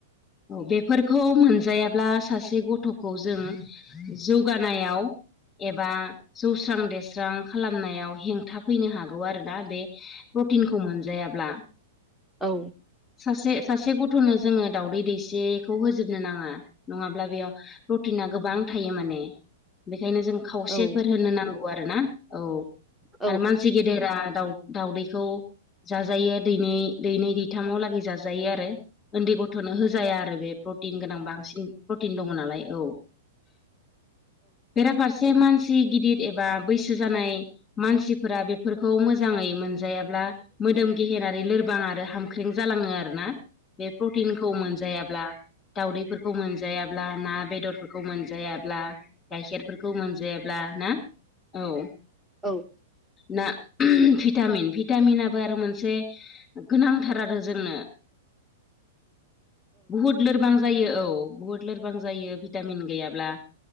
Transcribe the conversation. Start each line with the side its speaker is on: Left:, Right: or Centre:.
Left: औ बेफोरखौ मोनजायाब्ला सासे गथ'खौ जों जौगानायाव एबा जौस्रां देरस्रां खालामनायाव हेंथा फैनो हागौ आरोना बे प्रटिनखौ मोनजायाब्ला।
Centre: औ।
Left: सासे सासे गथ'नो जोङो दावदै उदैसेखौ होजोबनो नाङा नङाब्ला बेयाव प्रटिना गोबां थायो माने। बेखायनो जों खावसेफोर
Centre: औ औ
Left: होनो नांगौ आरोना। औ।
Centre: औ
Left: आरो मानसि गे दोरा दावदैखौ जाजायो दैनै-दैथामाव लागै जाजायो आरो। उन्दै गथ'नो होजाया आरो बे प्रटिन गोनां बांसिन प्रटिन दङ नालाय औ। बेराफारसे मानसि गिदिर एबा बैसो जानाय मानसिफोरा बेफोरखौ मोजाङै मोनजायाब्ला मोदोम गेहेेनारि लोरबां आरो हामख्रें जालाङो आरोना बे प्रटिनखौ मोन जायाब्ला दाउदैफोरखौ मोनजायाब्ला ना बेदरफोरखौ मोनजायाब्ला। गाइखेरफोरखौ मोनजायाब्ला ना। औ।
Centre: <unintelligible>
Left: ना भिटामिन भिटामिनाबो आरो मोनसे गोनांथार आरो जोंनो। बहुद लोरबां जायो औ बुहुद लोरबां जायो भिटामिन गैयाब्ला।